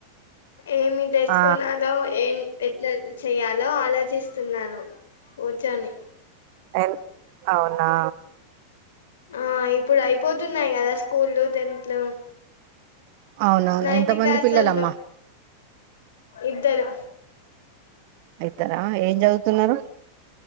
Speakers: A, on the left; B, on the right.
A: ఏమి డ్రెస్
B: ఆ
A: కొనాలో ఏం ఎట్ల చేయాలో ఆలోచిస్తున్నాను కూర్చొని
B: ఎన్ అవునా
A: ఆ ఇప్పుడైపోతున్నయి గదా స్కూల్లు టెన్త్లు
B: అవునవును
A: నైన్త్
B: ఎంత
A: క్లాస్లల్లో
B: మంది పిల్లలమ్మా
A: ఇద్దరు
B: ఐతరా ఏం చదువుతున్నరు